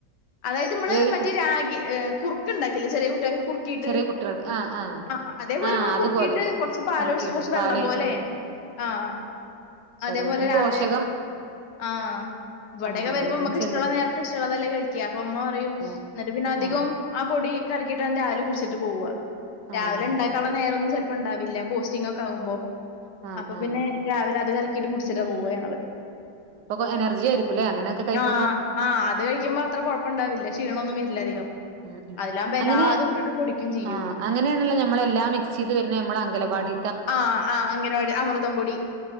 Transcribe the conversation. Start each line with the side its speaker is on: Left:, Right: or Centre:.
Left: അതായത് നമ്മള്
Right: വേവിക്ക
Left: മറ്റേ രാഗി ഏഹ് കുറുക്ക് ണ്ടാക്കില്ലേ ചെറികുട്ടിക- കുറുക്കീട്ട്
Right: ചെറിയ കുട്ടികൾക്ക് ആഹ്
Left: ആഹ് അതേപോലെ
Right: ആഹ്
Left: മ്മൾ
Right: അതുപോലെ
Left: കുറുക്കീട്ട് കൊറച്ച് പാലൊഴിച്ചിട്ട്
Right: കുറുക്കിയിട്ട്
Left: കൊറച്ച്
Right: പാലൊഴിച്ചിട്ട്
Left: വെള്ളം പോലെ ആഹ്
Right: ശരീരത്തിന്
Left: അതേപോലെ രാവിലെ
Right: പോഷകം
Left: ആഹ് ഇവിടൊക്കെ
Right: ആഹ് അങ്ങനെയെങ്കിലും
Left: വരുമ്പോ മമക്ക്
Right: ചെല്ലും
Left: ഇഷ്ടുള്ള നേരത്ത് ഇഷ്ടുള്ളതല്ലേ കഴിക്ക അപ്പ അമ്മ പറയും
Right: അതെ
Left: ന്നിട്ട് പിന്നെ- അധികം
Right: ആഹ്
Left: ആ പൊടി കലകീട്ടാന്ന് രാവലെ കുടിച്ചിട്ട് പോവ
Right: ആഹ്
Left: രാവിലെ ഇണ്ടാക്കാനുള്ള നേരം ഒന്നും ചെല- ചെലപ്പോ ഉണ്ടാവില്ല പോസ്റ്റിങ്ങൊക്കെ ആവുമ്പൊ
Right: ആഹ്
Left: അപ്പ
Right: ആഹ്
Left: പിന്നെ രാവിലെ അത് കല കലക്കീട്ട് കുടിച്ചിട്ട പോവ ഞങ്ങള്
Right: അപ്പൊ എനർജി ആയിരിക്കുംല്ലേ അങ്ങനെയൊക്കെ കഴിക്കുമ്പോ
Left: ആഹ് ആഹ് അത് കഴിക്കുമ്പോ അത്ര കൊഴപ്പണ്ടാവില്ല ക്ഷീണൊന്നുവരില്ല
Right: ഉം
Left: അധികം
Right: ഉം
Left: അതിലാവുമ്പോ
Right: ഉംഅങ്ങനെ
Left: എല്ലാതും ഇട്ടിട്ട് പൊടിക്കും ചെയ്യും
Right: ആഹ് അങ്ങനെയാണല്ല നമ്മളെല്ലാം മിക്സ് ചെയ്ത് വരുന്ന നമ്മൾ അങ്കലവാടി-
Left: ആഹ് ആഹ് അങ്കനവാടി അമൃതംപൊടി